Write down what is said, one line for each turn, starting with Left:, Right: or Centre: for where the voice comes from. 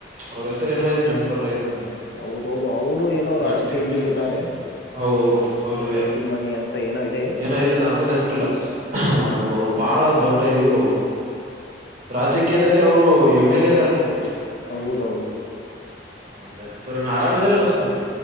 Right: ಅವ್ರ ಹೆಸರುಏನೋ ಇದೆ ನೆನ್ ಬರ್ಲ ಇದೆ ನನಗೆ
Left: ಹೌದೌದು ಅವರು ಏನೋ ರಾಜಕೀಯಲ್ಲಿ
Right: ಗಟ್ಟಿ ಮುನಿ
Left: ಇದ್ದಾರೆ
Right: ಹೌದೌದು ಅವರು
Left: ಕಟ್ಟಿ ಮನಿ ಅಂತ ಏನೋ ಇದೆ
Right: ಏನೋ ಇದೆ ಅಂತ ನನ್ಗೂ ನೆನಪಿಲ್ಲ
Left: ಹ
Right: ಅದು ಹೌದು ಬಾಳ ದೊಡ್ಡ ಇವ್ರು ಅವರು ರಾಜಕೀಯದಲ್ಲಿ ಅವರು ಎಮ್ ಎಲ್ ಎದಾರ ನೋಡಿ ಅಲ್ಲಿ
Left: ಹೌದೌದು
Right: ಆಯ್ತತ್ ತು ಅ ಆರಾಮ ಇದೀರಲ್ಲ ಸಂಕೂ